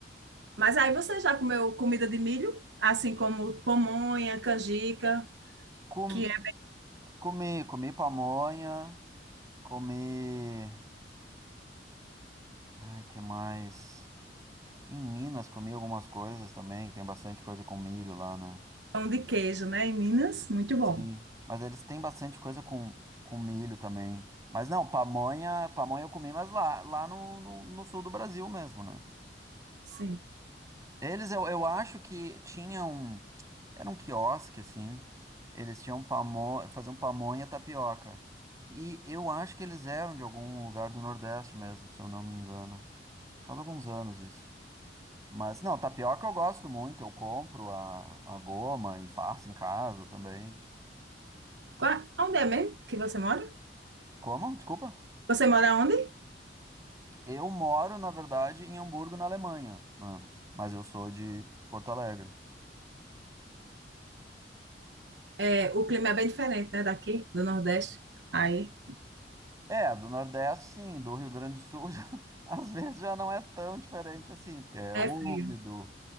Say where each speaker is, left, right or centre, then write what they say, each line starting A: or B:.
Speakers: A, on the right; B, on the right.
A: Mas aí você já comeu comida de milho? Assim como pamonha, canjica,
B: Com-
A: que é
B: Comi, comi pamonha. Comi. Ai, que mais? Em Minas comi algumas coisas também, tem bastante coisa com milho lá, né?
A: pão de queijo, né? Em Minas, muito bom.
B: Sim. Mas eles têm bastante coisa com, com milho também. Mas não, pamonha, pamonha eu comi, mas lá, lá no, no, no sul do Brasil mesmo, né?
A: Sim.
B: Eles, eu, eu acho que tinham. Era um quiosque, assim. Eles tinham pamonha, faziam pamonha tapioca. E eu acho que eles eram de algum lugar do Nordeste mesmo, se eu não me engano. Faz alguns anos isso. Mas não, tapioca eu gosto muito, eu compro a, a goma e faço em casa também.
A: Qua- Onde é mesmo que você mora?
B: Como? Desculpa.
A: Você mora onde?
B: Eu moro, na verdade, em Hamburgo, na Alemanha, né? Mas eu sou de Porto Alegre.
A: é, o clima é bem diferente, né, daqui, do Nordeste. Aí
B: É, do Nordeste, sim, do Rio Grande do Sul, <laughs> já- às vezes já não é tão diferente assim, porque é
A: é
B: úmido,
A: frio.